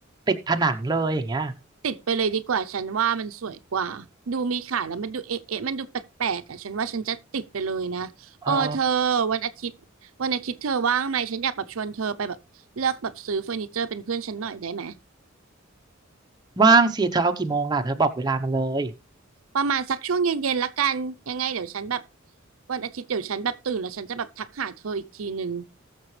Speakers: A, on the right; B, on the right.
A: ติดผนังเลยอย่างเงี้ย
B: ติดไปเลยดีกว่า ฉันว่ามันสวยกว่า ดูมีขาแล้วมันดูเอ๊ะเอ๊ะมันดูแปลกๆอ่ะฉันว่าฉันจะติดไปเลยนะเออเธอวันอาทิตย์วันอาทิตย์เธอว่างไหมฉันอยากแบบชวนเธอไปแบบเลือกแบบซื้อเฟอร์นิเจอร์เป็นเพื่อนฉันหน่อยได้ไหม
A: อ๋อ ว่างสิเธอเอากี่โมงล่ะเธอบอกเวลามาเลย
B: ประมาณสักช่วงเย็นๆละกันยังไงเดี๋ยวฉันแบบวันอาทิตย์เดี๋ยวฉันแบบตื่นแล้วฉันจะแบบทักหาเธออีกทีนึง